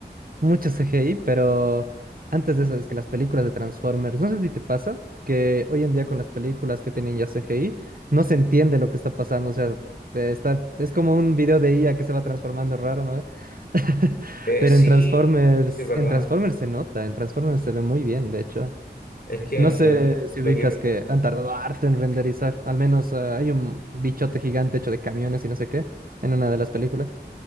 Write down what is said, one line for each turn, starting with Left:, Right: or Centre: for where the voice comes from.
Right: mucho CGI, pero antes de eso es que las películas de Transformers, no sé si te pasa, que hoy en día con las películas que tienen ya CGI, no se entiende lo que está pasando, o sea, eh, está, es como un video de IA que se va transformando raro, ¿no? ve? <laughs>
Left: Eh,
Right: Pero
Left: sí,
Right: en Transformers,
Left: sí, sí, es verdad.
Right: en Transformers se nota, en Transformers se ve muy bien, de hecho.
Left: Es que
Right: No sé
Left: lo,
Right: si
Left: lo
Right: ubicas
Left: que
Right: que han tardado harto en renderizar, al menos eh, hay un bichote gigante hecho de camiones y no sé qué en una de las películas.